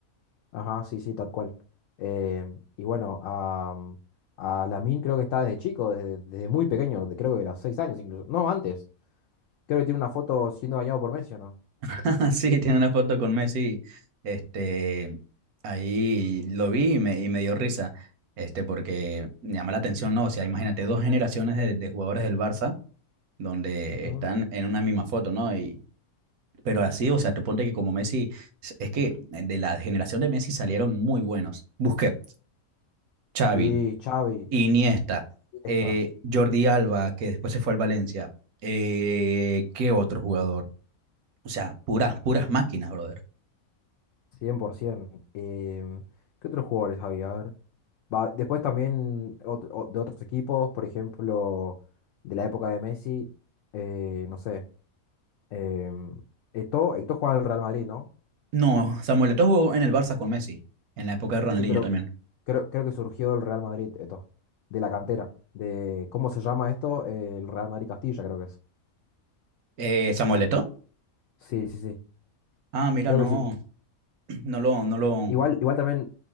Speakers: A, on the left (about 70°); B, on the right (about 80°).
A: Ajá, sí, sí, tal cual. Eh, y bueno, a, a Lamine creo que está desde chico, desde, desde muy pequeño, de- creo que de los seis años incluso. No, antes. Creo que tiene una foto siendo bañado por Messi, ¿o no?
B: <laughs> Sí, tiene una foto con Messi. Este, ahí lo vi y me, y me dio risa. Este, porque me llama la atención, ¿no? O sea, imagínate dos generaciones de, de jugadores del Barça donde
A: Ujú.
B: están en una misma foto, ¿no? Y, pero así, o sea, tú ponte que como Messi, es es que de la generación de Messi salieron muy buenos. Busquets, Xavi,
A: Sí, Xavi,
B: Iniesta,
A: está,
B: eh, Jordi Alba, que después se fue al Valencia. Eh, ¿qué otro jugador? O sea, puras, puras máquinas, brother.
A: 100%. Em, ¿qué otros jugadores había? A ver. Va, después también ot- o- de otros equipos, por ejemplo, de la época de Messi, eh, no sé. Eh, Eto'o, Eto'o jugaba en el Real Madrid, ¿no?
B: No, Samuel Eto'o jugó en el Barça con Messi, en la época de Ronaldinho
A: Sí, pero
B: también.
A: creo, creo que surgió del Real Madrid, esto, de la cantera, de, ¿cómo se llama esto? Eh, el Real Madrid Castilla, creo que es.
B: Eh, ¿Samuel Eto'o?
A: Sí, sí, sí,
B: Ah, mira,
A: creo
B: no,
A: que sí.
B: <clears throat> no lo, no lo,
A: Igual, igual también,